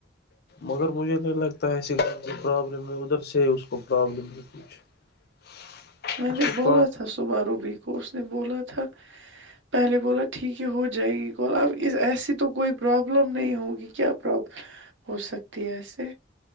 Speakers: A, on the left; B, on the right.
A: مگر مجھے تو لگتا ہے ایسی پرابلم ہے ادھر سے اس کو پرابلم ہے کچھ <inaudible>
B: میں نے
A: کو
B: بولا
A: کا
B: تھا صبح روبی کو اس نے بولا تھا پہلے بولا ٹھیک ہے ہو جائے گی کال اب ایسی تو کوئی پرابلم نہیں ہوگی کیا پرابلم ہو سکتی ہے ایسے